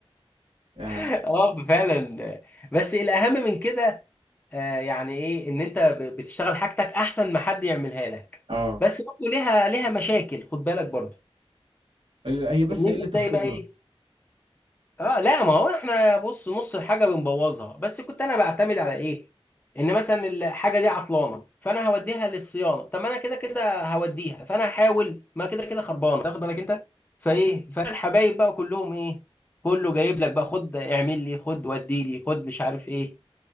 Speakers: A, on the right; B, on the left.
A: يا-
B: <laughs> اه فعلا بس الاهم من كده آه، يعني ايه ان انت ب- بتشتغل حاجتك احسن ما حد يعملها لك
A: اه
B: بس برضه ليها ليها مشاكل خد بالك برضه
A: ال- هي بس
B: ان انت
A: قلة
B: تلاقي
A: الخبرة
B: بقى ايه اه لا ما هو احنا بص نص الحاجه بنبوظها بس كنت انا بعتمد على ايه ان مثلا الحاجه دي عطلانه فانا هوديها للصيانه طب ما انا كده كده هوديها فانا هحاول ما كده كده خربانه تاخد بالك انت فايه فالحبايب بقى كلهم ايه كله جايب لك بقى خد اعمل لي خد ودي لي خد مش عارف ايه